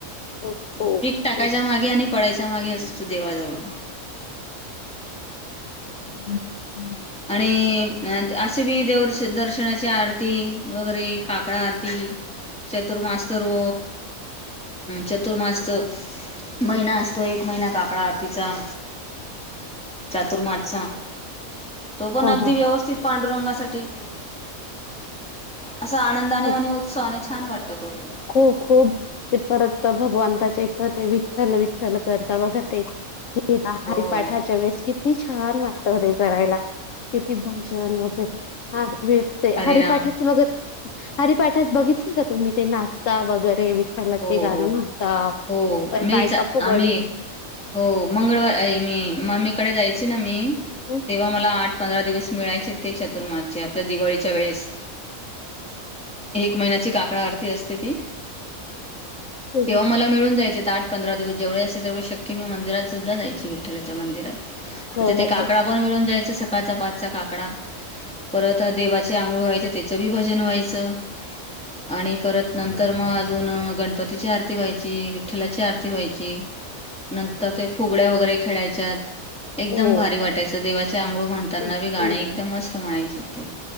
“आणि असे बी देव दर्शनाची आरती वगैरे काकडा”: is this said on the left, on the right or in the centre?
Centre